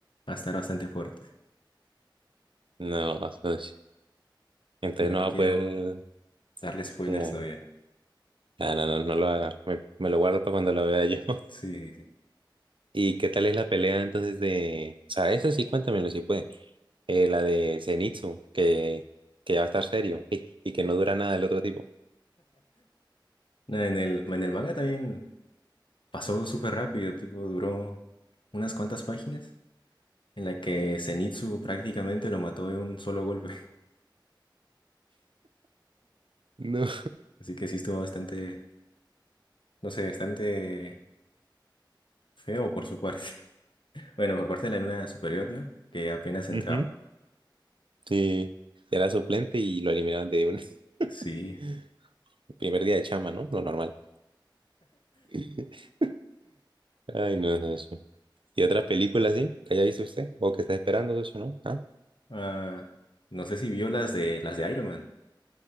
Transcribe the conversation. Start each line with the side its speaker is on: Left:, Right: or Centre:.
Left: va a estar bastante fuerte.
Right: No, no sé. entonces
Left: Pero
Right: no
Left: no
Right: va
Left: quiero
Right: a poder
Left: darle spoilers
Right: como...
Left: todavía.
Right: Ah, no, no, no lo haga. Me, me lo guardo para cuando lo vea yo. <laughs>
Left: Sí, sí, sí.
Right: ¿Y qué tal es la pelea entonces de... O sea, eso sí, cuéntamelo si puede. Eh, la de Zenitsu, que, que ya va a estar serio y, y que no dura nada el otro tipo.
Left: No, en el, en el manga también pasó súper rápido, tipo, duró unas cuantas páginas en la que Zenitsu prácticamente lo mató de un solo golpe.
Right: No.
Left: <laughs> Así que sí estuvo bastante, no sé, bastante feo por su parte. <laughs> Bueno, por parte de la luna superior, ¿no? Que apenas entraba.
Right: Ujú. Sí, era suplente y lo eliminaron de un <laughs>
Left: Sí.
Right: primer día de chamba, ¿no? Lo normal. <laughs> Ay, no, socio. ¿Y otra película así que haya visto usted o que está esperando, socio, no? ¿Ah?
Left: Ah, no sé si vio las de las de Iron Man.